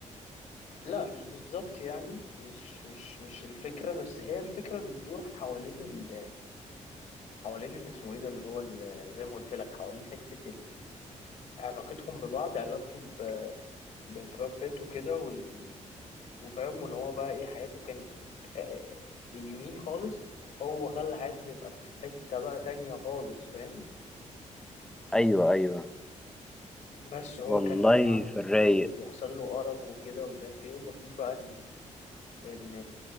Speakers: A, on the left; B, in the centre.
A: لا مش بالظبط يعني مش مش مش الفكره بس هي الفكره بتدور حوالين حوالين اللي اسمه ايه ده اللي هو ال- زي ما قلت لك حوالين حتة ال- علاقتهم ببعض علاقته ب- ببراد بيت وكده وال... وفاهم ان هو بقى ايه حياته كانت آه، يمين خالص هو خلى حياته تبقى في حتة بقى تانية خالص فاهم
B: ايوه ايوه
A: بس هو
B: والله
A: كان يعني عنده
B: في الرايق
A: بيحصل له أرق وكده ومش عارف ايه والمفروض بقى ان ان